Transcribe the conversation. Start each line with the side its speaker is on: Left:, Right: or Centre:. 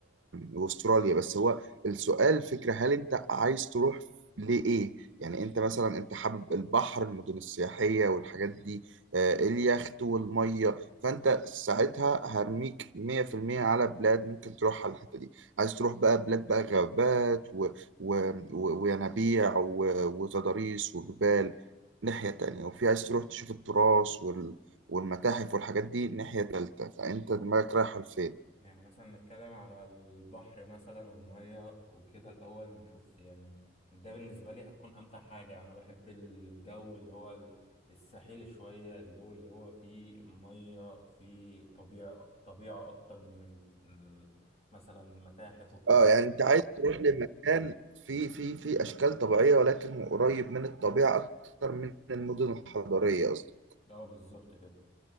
Right: واستراليا بس هو السؤال فكرة هل انت عايز تروح لإيه؟ يعني انت مثلا انت حابب البحر المدن السياحية والحاجات دي آه، اليخت والمية فانت ساعتها هرميك 100% على بلاد ممكن تروح على الحتة دي عايز تروح بقى بلاد بقى غابات و... و... و... وينابيع و... وتضاريس وجبال ناحية تانية وفي عايز تروح تشوف التراث وال... والمتاحف والحاجات دي ناحية تالتة فأنت دماغك رايحة لفين
Left: يعني مثلا نتكلم على البحر مثلا والمية وكده الأول نشوف يعني ده بالنسبة لي هتكون أمتع حاجة أنا بحب الجو اللي هو ال- الساحلي شوية الجو اللي هو فيه مية فيه طبيعة طبيعة أكتر من ال... ال- مثلا متاحف والكلام
Right: اه يعني انت عايز تروح لمكان فيه فيه فيه اشكال طبيعيه ولكن هو قريب من الطبيعه اكتر من المدن الحضريه قصدي
Left: ده اه بالظبط كده